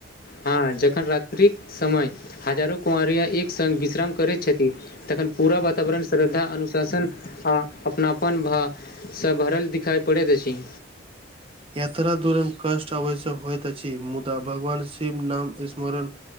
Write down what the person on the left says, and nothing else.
हँ, जखन रात्रिक समय हजारो कँवरिया एक सङ्ग विश्राम करैत छथि। तखन पूरा वातावरण श्रद्धा, अनुशासन आ अपनापनसँ भऽ सभ भरल दिखाइ पड़ैत अछि।